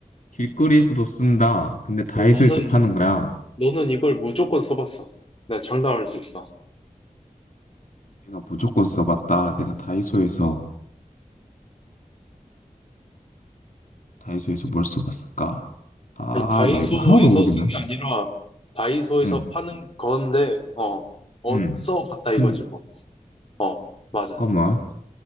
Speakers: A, on the left; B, on the left.
A: 길거리에서도 쓴다. 근데 다이소에서
B: 어, 너는,
A: 파는 거야.
B: 너는 이걸 무조건 써봤어. 내가 장담할 수 있어.
A: 내가 무조건 써봤다. 내가 다이소에서, 다이소에서 뭘 써봤을까? 아,
B: 아니, 다이소에서
A: 나 이거 하나도 모르겠네.
B: 쓴 게 아니라, 다이소에서
A: 응,
B: 파는 건데, 어, 어,
A: 응.
B: 써봤다 이거지
A: 근데,
B: 뭐. 어, 맞아.
A: 잠깐만.